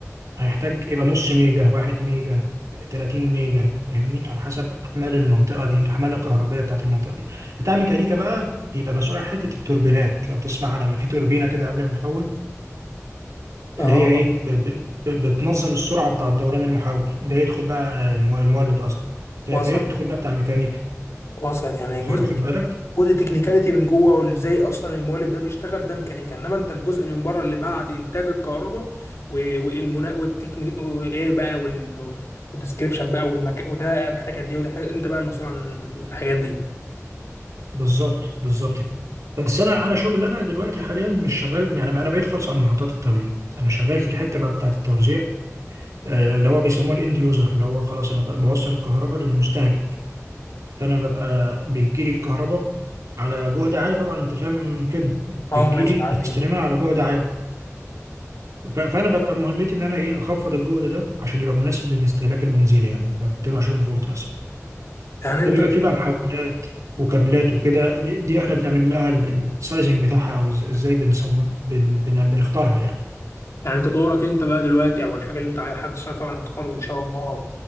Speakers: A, on the right; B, on the left.
A: هيحتاج يبقى نص ميجا واحد ميجا 30 ميجا فاهمني على حسب احمال المنطقه دي احمال الكهربائيه بتاعت المنطقه دي بتاع ميكانيكا بقى بيبقى مسؤول عن حته التوربينات لو تسمع عنها بيبقى في توربينه كده قبل المحول
B: اه
A: اللي هي ايه ب ب ب بتنظم السرعه بتاع دوران المحول ده يدخل بقى آه، المولد قصدي ف- فيدخل
B: وصل
A: بقى بتاع ميكانيكا
B: وصلت يعني
A: واخد
B: جزء
A: واخد بالك
B: جزء تكنيكاليتي من جوه وازاي اصلا المولد ده بيشتغل ده ميكانيكا انما انت الجزء من بره اللي بعد انتاج الكهرباء و- والمنا والتكنيك وايه بقى وال والديسكريبشن بقى والمكان وده محتاج قد ايه وده محتاج انت بقى المسؤول عن الحاجات دي
A: بالظبط بالظبط كده بس انا انا شغل انا دلوقتي حاليا مش شغال يعني انا بعيد خالص عن محطات التوليد انا شغال في الحته بقى بتاعه التوزيع آه، اللي هو بيسموه الاند يوزر اللي هو خلاص انا بقى بوصل الكهرباء للمستهلك فانا ببقى بيجي لي الكهرباء على جهد عالي طبعا انت فاهم كده بتجي
B: اه ماشي
A: لي
B: عادي
A: بستلمها على جهد عالي ف- فانا ببقى مهمتي ان انا ايه اخفض الجهد ده عشان يبقى مناسب للاستهلاك المنزلي يعني يبقى 220 فولت مثلا
B: يعني انت
A: فبيبقى في بقى محولات وكابلات وكده دي احنا بنعمل لها السايزنج بتاعها او إز- ازاي بنصمم بن بن بنختارها يعني
B: يعني انت دورك انت بقى دلوقتي او الحاجه اللي انت حابب تشتغل فيها بعد التخرج ان شاء الله